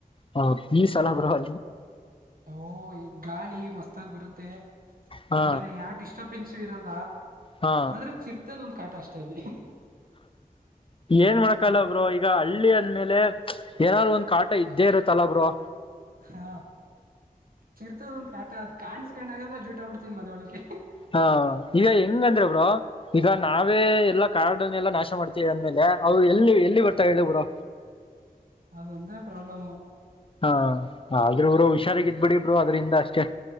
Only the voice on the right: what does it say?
ಓ ಗಾಳಿ ಮಸ್ತಾಗ ಬರುತ್ತೆ
ಆಮೇಲೆ ಯಾವ ಡಿಸ್ಟಬೆನ್ ಇರಲ್ಲ
ಆದ್ರೆ ಚಿರ್ತದ ಒಂದ್ ಕಾಟ ಅಷ್ಟೇ ಅಲ್ಲಿ
ಅದು
ಹಾ ಚಿರ್ತದ ಒಂದ್ ಕಾಟ ಅ ಕಾಣ್ಿಸಕಂಡ ಆಗಲ್ಲ ಜೂಟಬ ಬಿಡ್ತೀನಿ ಮನೆ ಒೊಳಕ್ಕೆ
ಅದು ಒಂದ ಪ್ರಾಬ್ಲಮ